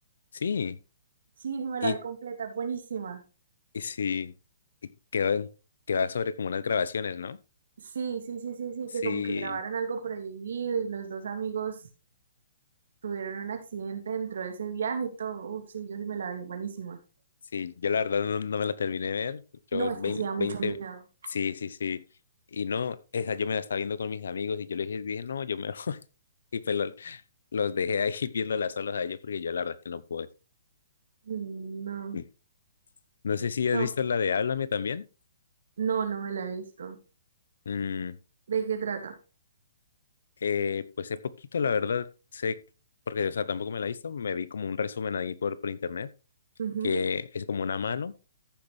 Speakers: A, on the left; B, on the right.
A: sí,
B: Sí, sí me la
A: y,
B: vi completa. Buenísima.
A: y sí, y que, va- que va sobre como unas grabaciones, ¿no?
B: Sí, sí, sí, sí, sí,
A: Sí,
B: que como que grabaron algo prohibido y los dos amigos tuvieron un accidente dentro de ese viaje y todo. Uf, sí, yo sí me la vi. Buenísima.
A: sí, yo la verdad no, no me la terminé de ver, yo
B: No, es
A: vein-
B: que sí da mucho
A: 20
B: miedo.
A: sí, sí, sí, y no, esa yo me la estaba viendo con mis amigos y yo les dije, dije, no, yo me voy", <laughs> y pues lo- los dejé ahí <laughs> viéndolas solos a ellos porque yo la verdad que no pude.
B: Mm, No,
A: Mm, No sé si has
B: no,
A: visto la de Háblame también.
B: no, no me la he visto.
A: Mm,
B: ¿De qué trata?
A: Eh, pues es poquito, la verdad, sé, porque, o sea, tampoco me la he visto, me vi como un resumen ahí por, por internet,
B: Ujú,
A: que es como una mano